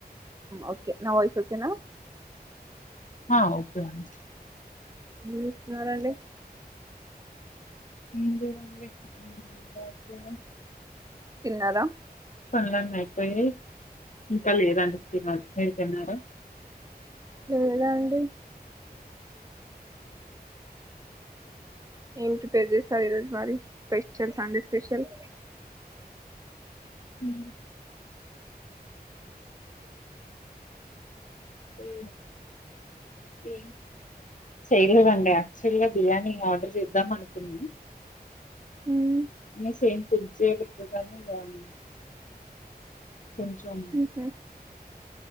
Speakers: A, on the right (about 20°); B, on the left (about 50°).
A: ఓకే నా వాయిస్ ఒకేనా,
B: అ ఓకే అండి,
A: ఏం చేస్తున్నారండి,
B: ఎంలేదండి <unintelligible>
A: తిన్నారా,
B: పనులన్నీ అయిపోయా ఇంకా లేదండి తినాలి మీరు తిన్నార,
A: లేదు అండి, ఏమి ప్రిపేరు చేస్తారు ఈరోజు మరి స్పెషల్ సండే స్పెషల్,
B: హు ఎ ఎం చేయలేదండి యాక్చువల్ గా బిర్యానీ ఆర్డర్ చేద్దాం అనుకున్నాం,
A: ఉమ్,
B: అనేసి ఏం కుక్ <unintelligible> కొంచెం
A: ఉహు.